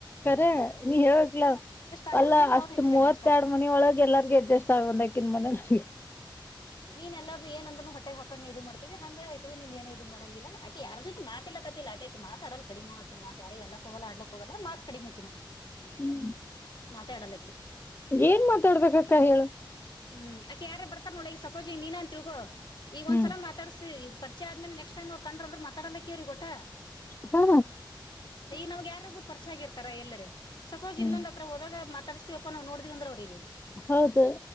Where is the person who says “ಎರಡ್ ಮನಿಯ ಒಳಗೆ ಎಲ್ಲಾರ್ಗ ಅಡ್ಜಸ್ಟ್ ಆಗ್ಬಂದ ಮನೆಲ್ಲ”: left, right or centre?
Left